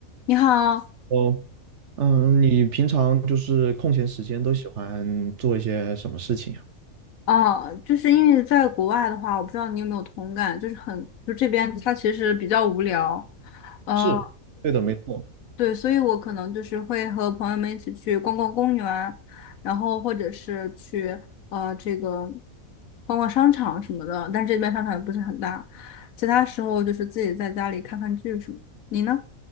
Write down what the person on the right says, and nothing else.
哦，嗯，你平常就是空闲时间都喜欢做一些什么事情呀？
是，对的，没错。